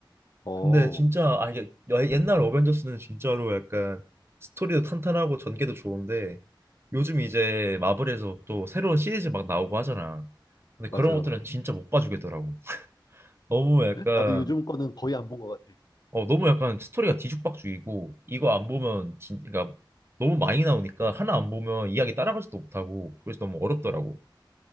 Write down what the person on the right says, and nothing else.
근데 진짜 아 이게 여- 옛날 어벤져스는 진짜로 약간 스토리도 탄탄하고 전개도 좋은데 요즘 이제 마블에서 또 새로운 시리즈 막 나오고 하잖아. 근데 그런
것들은 진짜 못 봐주겠더라고. 너무 약간
어 너무 약간 스토리가 뒤죽박죽이고 이거 안 보면 진 그러니까 너무 많이 나오니까 하나 안 보면 이야기 따라가지도 못하고 그래서 너무 어렵더라고.